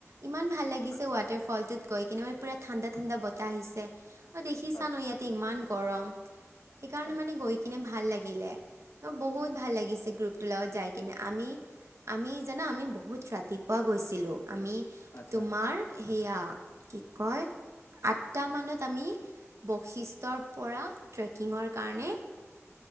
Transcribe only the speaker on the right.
ইমান ভাল লাগিছে
ৱাটাৰ
ফলটোত গৈ কিনে মানে পুৰা ঠাণ্ডা ঠাণ্ডা বতাহ আহিছে মই দেখিছা
নে ইয়াতে ইমান গৰম সেইকাৰণে
মানে গৈ কেনে ভাল লাগিলে। বহুত ভাল লাগিছে গ্ৰুপটোৰ লগত যাই কিনে আমি। আমি জানো আমি বহুত ৰাতিপুৱা গৈছিলো। আমি
তোমাৰ সেয়া কি কয় আঠটা মানত আমি। বশিষ্টৰ পৰা ট্ৰেকিঙৰ কাৰণে